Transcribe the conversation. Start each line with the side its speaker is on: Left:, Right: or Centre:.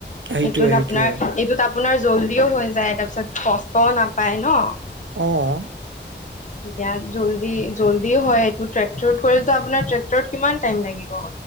Right: সেইটোয়ে
Left: এইটোত
Right: সেইটোয়ে
Left: আপোনাৰ এইটোত আপোনাৰ জল্দিও হৈ যায় তাৰপিছত কষ্টও নাপায় ন'।
Right: অ'।
Left: উ এতিয়া জলদি জল্দি হয় এইটো ট্ৰেক্ কৰিলে আপোনাৰ ট্ৰেক্টৰত কিমান টাইম লাগিব।